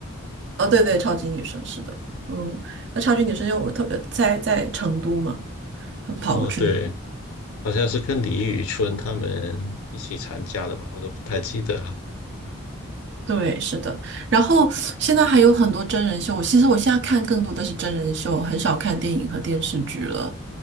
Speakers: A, on the right; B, on the left.
A: 哦，对对，超级女生是的，嗯，那超级女生因为我特呃在在成都嘛，他们跑过去的。
B: 哦，对，好像是跟李宇春他们一起参加的吧，我都不太记得了。
A: 对，是的。然后现在还有很多真人秀，其实我现在看更多的是真人秀，很少看电影和电视剧了。